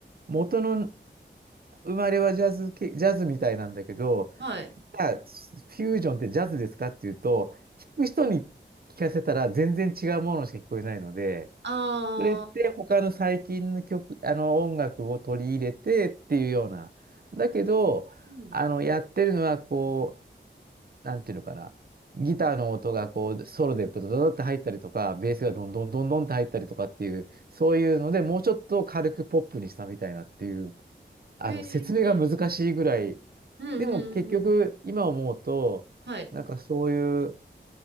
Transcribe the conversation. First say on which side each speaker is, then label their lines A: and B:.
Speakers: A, on the right; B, on the right.
A: 元の生まれはジャズ系、ジャズみたいなんだけど、
B: はい。
A: じゃあ、フュージョンってジャズですかっていうと、聞く人に聞かせたら全然違うものしか聞こえないので、
B: ああ、
A: それって他の最近の曲、あの音楽を取り入れてっていうような。だけど、
B: うん。
A: あの、やってるのはこう、なんていうのかな。ギターの音がこう、ソロでブドドドって入ったりとか、ベースがどんどんどんどんって入ったりとかっていう、そういうので、もうちょっと軽くポップにしたみたいなっていう。あの、
B: へえ。
A: 説明が難しいぐらい。
B: うんうんうんうん。
A: でも結局、今思うと、
B: はい。
A: なんかそういう、